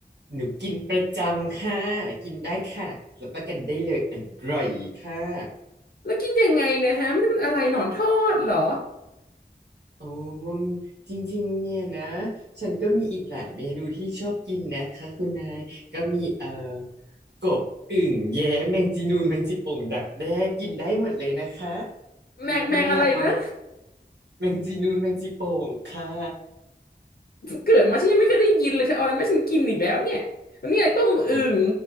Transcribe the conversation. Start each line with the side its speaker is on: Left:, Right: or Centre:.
Right: หนูกินประจำค่ะกินได้ค่ะรับประกันได้เลยอร่อยค่ะ
Left: แล้วกินยังไงเนะฮะมันเป็นอะไรหนอนทอดเหรอ
Right: โอ้มันจริงๆเนี่ยนะฉันก็มีอีกหลายเมนูที่ชอบกินนะคะคุณนายก็มีเอ่อกบอึ่งแย้แมงจีนูนแมงจีโป่งดักแด้กินได้หมดเลยนะคะ
Left: แมงแมงอะไรนะ
Right: หรือคุณนายอยากลองแมงจีนูนแมงจีโป่งค่ะ
Left: เกิดมาฉันยังไม่เคยได้ยินเลยเธอเอาอะไรมาให้ฉันกินอีกแล้วเนี่ยวันนี้อะไรต้มอึ่ง
Right: โอ้